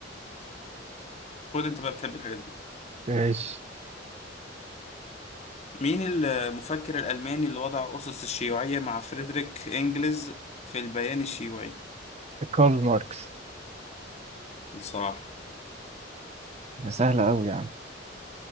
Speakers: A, on the left; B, on the right.
A: خد انت بقى بتحب الحاجات دي
B: ماشي
A: مين المفكر الالماني اللي وضع اسس الشيوعيه مع فريدريك انجلز في البيان الشيوعي
B: كارل ماركس
A: الصراحه
B: سهلة أوي يعني